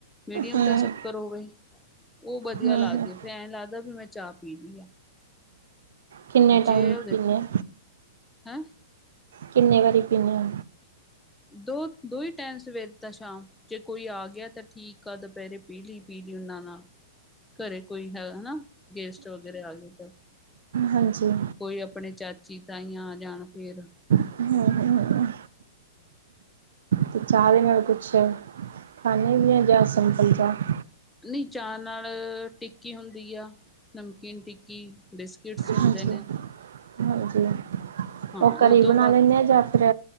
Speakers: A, in the centre; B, on the right (about 75°).
A: ਮੀਡੀਅਮ
B: ਹੂੰ
A: ਦਾ ਸ਼ੱਕਰ ਹੋਵੇ। ਉਹ ਵਧੀਆ
B: ਹੂੰ
A: ਲੱਗਦੀ
B: ਹੂੰ
A: ਹੈ, ਫਿਰ ਐਂ ਲੱਗਦਾ ਵੀ ਮੈਂ ਚਾਹ ਪੀ ਲਈ ਆ।
B: ਕਿੰਨੇ
A: ਜੇ
B: ਟਾਈਮ
A: ਉਹਦੇ,
B: ਪੀਂਦੇ
A: ਹੈਂ?
B: ਕਿੰਨੇ ਵਾਰੀ ਪੀੇਨੇ ਹੋ?
A: ਦੋ-ਦੋ ਹੀ ਟਾਈਮ, ਸਵੇਰ ਤਾਂ ਸ਼ਾਮ। ਜੇ ਕੋਈ ਆ ਗਿਆ ਤਾਂ ਠੀਕ ਆ, ਦੁਪਹਿਰੇ ਪੀਲੀ-ਪੀਲੀ ਉਹਨਾਂ ਨਾਲ। ਘਰੇ ਕੋਈ ਹੈ ਹਨਾ, ਗੇਸਟ ਵਗੈਰੇ ਆ ਗਏ।
B: ਹਾਂਜੀ।
A: ਕੋਈ ਆਪਣੇ ਚਾਚੀ, ਤਾਈਆਂ ਆ ਜਾਣ ਫੇਰ
B: ਹੂੰ - ਹੂੰ। ਤੇ ਚਾਅ ਦੇ ਨਾਲ ਕੁਛ ਖਾਨੇ ਵੀ ਓ ਯਾਂ ਸਿੰਪਲ ਚਾਅ?
A: ਨਈ ਚਾਅ ਨਾਲ ਟਿੱਕੀ ਹੁੰਦੀ ਆ, ਨਮਕੀਨ ਟਿੱਕੀ, ਬਿਸਕਿਟਸ ਹੁੰਦੇ
B: ਹਾਂਜੀ
A: ਨੇ।
B: ਹਾਂਜੀ,
A: ਹਾਂ
B: ਓ
A: ਉਹ
B: ਘਰੇ ਈ
A: ਤੋਂ
B: ਬਣਾ
A: ਬਾਅਦ
B: ਲੈਂਨੇ ਆ ਯਾਂ ਫਿਰ